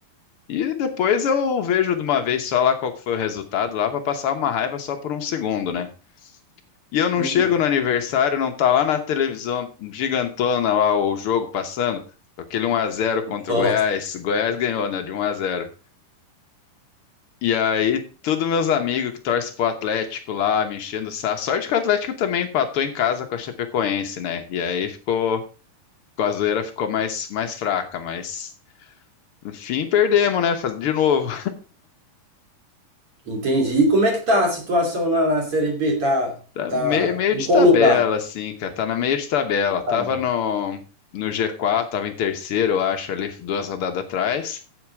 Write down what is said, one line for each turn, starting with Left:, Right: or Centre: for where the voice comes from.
Left: E depois eu vejo de uma vez só lá qual que foi o resultado lá pra passar uma raiva só por um segundo, né? E eu não
Right: Uhum.
Left: chego no aniversário, não tá lá na televisão gigantona lá o jogo passando, aquele um a zero contra
Right: Nossa,
Left: o Goiás. Goiás ganhou, né? De um a zero E aí, todos meus amigos que torcem pro Atlético lá, me enchendo o saco. Sorte que o Atlético também empatou em casa com a Chapecoense, né? E aí ficou, com a zoeira ficou mais, mais fraca, mas enfim, perdemos, né? Faz- De novo.
Right: entendi. E como é que tá a situação na, na Série B? Tá,
Left: Tá
Right: tá
Left: meio, meio
Right: em
Left: de
Right: qual
Left: tabela,
Right: lugar?
Left: assim, cara. Tá na meio de tabela. Tava
Right: Tá mesmo.
Left: no, no G4, tava em terceiro, eu acho, ali, duas rodadas atrás.